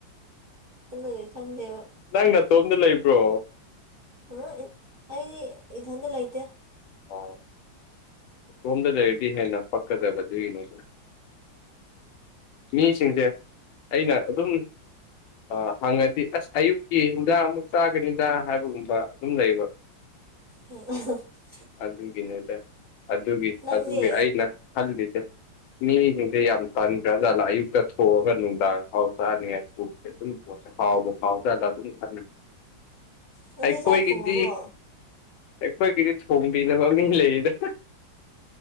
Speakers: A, on the right (about 45°); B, on the left (about 80°).
A: ꯑꯗꯨꯒꯤ ꯈꯪꯗꯦꯕ
B: ꯅꯪ ꯅꯇꯣꯝꯗ ꯂꯩꯕ꯭ꯔꯣ
A: ꯑ ꯑꯩꯗꯤ ꯏꯊꯟꯇ ꯂꯩꯇꯦ
B: ꯑꯣ ꯢꯇꯣꯝꯗ ꯂꯩꯔꯗꯤ ꯍꯦꯟꯅ ꯄꯛꯀꯗꯕ ꯗꯨꯏꯅꯦ ꯃꯤꯁꯤꯡꯁꯦ ꯑꯩꯅ ꯑꯗꯨꯝ ꯑ ꯍꯪꯉꯗꯤ ꯑꯁ ꯑꯌꯨꯛꯀꯤ ꯍꯤꯟꯖꯥꯛ ꯑꯃꯨꯛ ꯆꯥꯒꯅꯤꯗ ꯍꯥꯏꯕꯒꯨꯝꯕ ꯑꯗꯨꯝ ꯂꯩꯕ
A: ꯎ <inaudible>
B: ꯑꯗꯨꯒꯤꯅꯦꯗ ꯑꯗꯨꯒꯤ
A: ꯅꯪꯗꯤ
B: ꯑꯗꯨꯒꯤ ꯑꯩꯅ ꯍꯜꯂꯤꯁꯦ ꯃꯤꯁꯤꯡꯁꯦ ꯌꯥꯝ ꯇꯟꯒꯥꯖꯠꯂ ꯑꯌꯨꯛꯇ ꯊꯣꯛꯑꯒ ꯅꯨꯡꯗꯥꯡ ꯐꯥꯎ ꯆꯥꯅꯤ ꯍꯥꯏ ꯑꯗꯨꯝ ꯍꯥꯎꯕꯨ ꯍꯥꯎꯖꯠꯂ ꯑꯗꯨꯝ ꯈꯥꯜꯂꯦ
A: ꯅꯪꯗꯤ
B: ꯑꯩꯈꯣꯏꯒꯤꯗꯤ
A: ꯆꯥꯛ ꯊꯣꯡꯉꯕꯣ
B: ꯑꯩꯈꯣꯏꯒꯤꯗꯤ ꯊꯣꯡꯕꯤꯅꯕ ꯃꯤ ꯂꯩꯗ